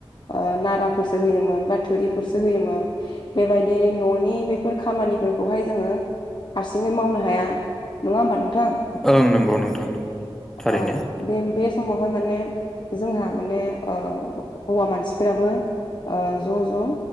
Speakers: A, on the left (about 50°); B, in the centre.
A: ओ नाराफोरसो होयोमोन बा थोरिफोरसो होयोमोन। बेबायदि न'नि बेफोर खामानिफोरखौहाय जोङो हारसिङै मावनो हाया नङा होमबा नोंथां।
B: ओं नंगौ नोंथां नंगौ थारैनो।
A: औ बे बे समावहाय माने जोंहा माने हौवा मानसिफोराबो ओ ज' ज'